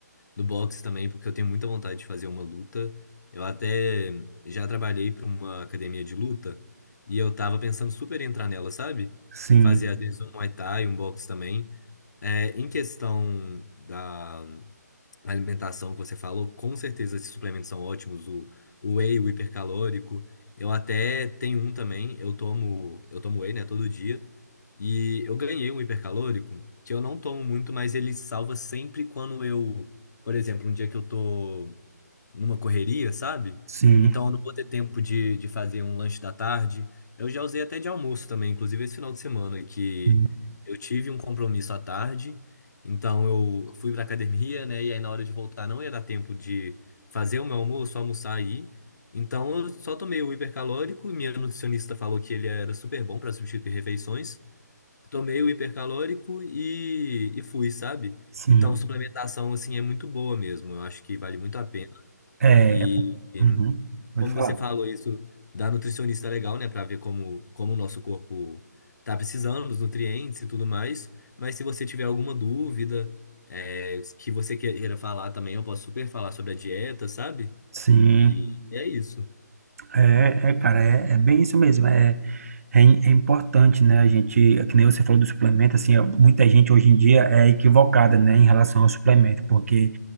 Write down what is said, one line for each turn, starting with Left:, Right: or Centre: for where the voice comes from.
Left: do boxe também, porque eu tenho muita vontade de fazer uma luta. Eu até já trabalhei para uma academia de luta e eu tava pensando super em entrar nela, sabe?
Right: Sim,
Left: Fazer às vezes um Muay Thai, um boxe também. É, em questão da, a alimentação que você falou, com certeza esses suplementos são ótimos, o, o whey, o hipercalórico. Eu até tenho um também, eu tomo, eu tomo whey, né, todo dia. E eu ganhei um hipercalórico que eu não tomo muito, mas ele salva sempre quando eu, por exemplo, um dia que eu tô numa correria, sabe?
Right: sim,
Left: Então eu não vou ter tempo de, de fazer um lanche da tarde. Eu já usei até de almoço também, inclusive esse final de semana que
Right: sim,
Left: eu tive um compromisso à tarde. Então eu fui pra academia, né? E aí na hora de voltar não ia dar tempo de fazer o meu almoço, almoçar aí. Então eu só tomei o hipercalórico. Minha nutricionista falou que ele era super bom para substituir refeições. Tomei o hipercalórico e, e fui, sabe?
Right: sim.
Left: Então, suplementação, assim, é muito boa mesmo. Eu acho que vale muito a pena.
Right: É,
Left: E,
Right: é, é-
Left: e
Right: uhum, pode
Left: como
Right: falar.
Left: você falou isso da nutricionista é legal, né, para ver como como o nosso corpo tá precisando dos nutrientes e tudo mais. Mas se você tiver alguma dúvida é, que você queira falar também, eu posso super falar sobre a dieta, sabe?
Right: Sim,
Left: E é isso.
Right: é, é, cara, é, é bem isso mesmo. é, É, im- é importante, né? A gente, é que nem você falou do suplemento, assim, ó, muita gente hoje em dia é equivocada, né, em relação ao suplemento, porque